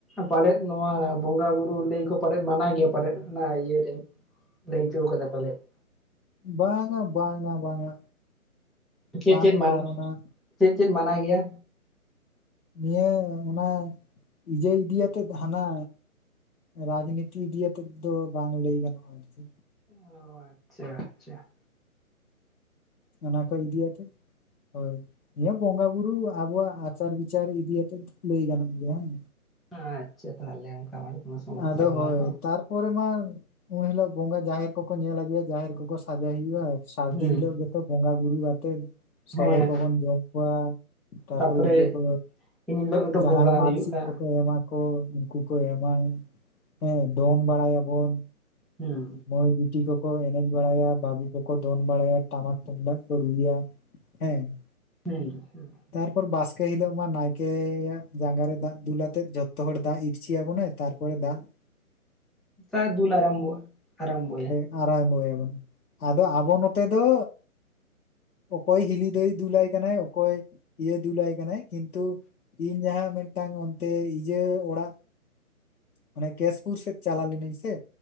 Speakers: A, in the centre; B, on the left.
A: ᱯᱟᱞᱮᱫ ᱱᱚᱣᱟ ᱵᱚᱸᱜᱟ ᱵᱩᱨᱩ ᱞᱟᱹᱭ ᱠᱚ ᱯᱟᱞᱮᱫ ᱢᱟᱱᱟᱣ ᱜᱮᱭᱟ ᱯᱟᱞᱮᱫ ᱚᱱᱟ ᱤᱭᱟᱹ ᱨᱮ ᱾ ᱞᱟᱹᱭ ᱪᱚ ᱠᱟᱫᱟ ᱯᱟᱞᱮᱫ ᱾
B: ᱵᱟᱝᱼᱟ, ᱵᱟᱝᱼᱟ ᱵᱟᱝᱼᱟ,
A: ᱪᱮᱫ
B: ᱵᱟᱝ
A: ᱪᱮᱫ ᱢᱟᱱ
B: ᱵᱟᱨᱚᱱᱟ ᱾
A: ᱪᱮᱫ ᱪᱮᱫ ᱢᱟᱱᱟ ᱜᱮᱭᱟ?
B: ᱱᱤᱭᱟᱹ ᱚᱱᱟ ᱤᱭᱟᱹ ᱤᱫᱤ ᱟᱛᱮᱫ ᱦᱟᱱᱟ ᱨᱟᱡᱽᱱᱤᱛᱤ ᱤᱫᱤᱭᱟ ᱛᱮᱫ ᱫᱚ ᱵᱟᱝ ᱞᱟᱹᱭ ᱜᱟᱱᱚᱜᱼᱟ ᱟᱨᱠᱤ᱾
A: ᱚ ᱟᱪᱪᱷᱟ, ᱟᱪᱪᱷᱟ ᱾
B: ᱚᱱᱟ ᱠᱚ ᱤᱫᱤ ᱟᱛᱮᱜ ᱾ ᱦᱳᱭ ᱱᱤᱭᱟᱹ ᱵᱚᱸᱜᱟ ᱵᱩᱨᱩ ᱟᱵᱚᱣᱟᱜ ᱟᱪᱟᱨ ᱵᱤᱪᱟᱨ ᱤᱫᱤ ᱟᱛᱮᱫ ᱫᱚ ᱞᱟᱹᱭ ᱜᱟᱱᱚᱜ ᱜᱮᱭᱟ ᱾
A: ᱟᱪᱪᱷᱟ ᱛᱟᱦᱚᱞᱮ ᱚᱱᱠᱟ <inaudible>
B: ᱟᱫᱚ
A: ᱵᱟᱹᱱᱩᱜᱼᱟ
B: ᱦᱳᱭ ᱛᱟᱨ ᱯᱚᱨᱮ ᱢᱟ ᱩᱱ ᱦᱤᱞᱳᱜ ᱵᱚᱸᱜᱟ ᱡᱟᱦᱮᱨ ᱠᱚᱠᱚ ᱧᱮᱞ ᱟᱹᱜᱩᱭᱟ, ᱡᱟᱦᱮᱨ ᱠᱚᱠᱚ ᱥᱟᱡᱟᱭ ᱦᱩᱭᱩᱜᱼᱟ᱾ ᱥᱟᱹᱨᱫᱤ
A: ᱦᱩᱸ
B: ᱦᱤᱞᱳᱜ ᱜᱮᱛᱚ ᱵᱚᱸᱜᱟ ᱵᱩᱨᱩ ᱟᱛᱮᱫ ᱥᱚᱲᱮ
A: ᱦᱮᱸ
B: ᱠᱚᱵᱚᱱ ᱡᱚᱢ ᱠᱚᱣᱟ ᱛᱟᱨᱯᱚᱨᱮ
A: ᱛᱟᱯᱚᱨᱮ
B: ᱤᱭᱟᱹ ᱠᱚ
A: ᱮᱱ ᱦᱤᱞᱳᱜ ᱜᱮᱛᱚ
B: ᱡᱟᱦᱟᱸᱭ
A: ᱵᱚᱸᱜᱟ
B: ᱢᱟᱱᱥᱤᱠ
A: ᱦᱩᱭᱩᱜᱼᱟ
B: ᱠᱚᱠᱚ ᱮᱢᱟ ᱠᱚ ᱩᱱᱠᱩ ᱠᱚ ᱮᱢᱟ ᱾ ᱦᱮᱸ ᱫᱚᱱ ᱵᱟᱲᱟᱭ ᱟᱵᱚᱱ ᱾
A: ᱦᱩᱸ ᱾
B: ᱢᱟᱹᱭ ᱵᱤᱴᱤ ᱠᱚᱠᱚ ᱮᱱᱮᱡ ᱵᱟᱲᱟᱭᱟ, ᱵᱟᱹᱵᱩ ᱠᱚᱠᱚ ᱫᱚᱱ ᱵᱟᱲᱟᱭᱟ ᱴᱟᱢᱟᱠ ᱛᱩᱢᱫᱟᱜ ᱠᱚ ᱨᱩᱭᱟ᱾ ᱦᱮᱸ ᱾
A: ᱦᱩᱸ, ᱦᱩᱸ᱾
B: ᱛᱟᱨᱯᱚᱨ ᱵᱟᱥᱠᱮ ᱦᱤᱞᱳᱜ ᱢᱟ ᱱᱟᱭᱠᱮᱭᱟᱜ ᱡᱟᱸᱜᱟ ᱨᱮ ᱫᱟᱜ ᱫᱩᱞ ᱟᱛᱮᱜ ᱡᱷᱚᱛᱚ ᱦᱚᱲ ᱫᱟᱜ ᱤᱨᱪᱤ ᱟᱵᱚᱱᱟᱜ ᱾ ᱛᱟᱨᱯᱚᱨᱮ ᱫᱟᱜ
A: ᱫᱟᱜ ᱫᱩᱞ ᱟᱨᱟᱢᱵᱚ ᱟᱜ ᱟᱨᱟᱢᱵᱚᱭᱟ
B: ᱟᱨᱟᱢᱵᱚᱭ ᱟᱵᱚᱱ ᱟᱫᱚ ᱟᱵᱚ ᱱᱚᱛᱮ ᱫᱚ ᱚᱠᱚᱭ ᱦᱤᱞᱤ ᱫᱟᱹᱭ ᱫᱩᱞᱟᱭ ᱠᱟᱱᱟᱭ, ᱚᱠᱚᱭ ᱤᱭᱟᱹ ᱫᱩᱞᱟᱭ ᱠᱟᱱᱟᱭ ᱠᱤᱱᱛᱩ ᱤᱧ ᱡᱟᱦᱟᱸ ᱢᱤᱫᱴᱟᱝ ᱚᱱᱛᱮ ᱤᱭᱟᱹ ᱚᱲᱟᱜ ᱢᱟᱱᱮ ᱠᱮᱥᱯᱩᱨ ᱥᱮᱫ ᱪᱟᱞᱟᱣ ᱞᱮᱱᱟᱹᱧ ᱥᱮ